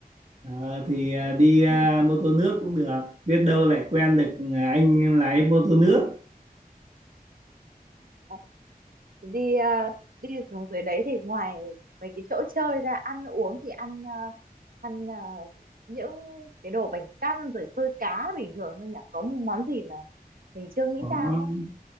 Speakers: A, on the right; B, on the right.
A: Ờ, thì à, đi à,
B: <laughs>
A: mô tô nước cũng được biết đâu lại quen được à, anh lái mô tô nước
B: Ờ, đi ờ, đi xuống dưới đấy thì ngoài mấy cái chỗ chơi ra ăn uống thì ăn ờ, ăn ờ, những cái đồ bánh căn rồi xôi cá bình thường thôi nhỉ có món gì mà mình chưa nghĩ
A: có
B: ra không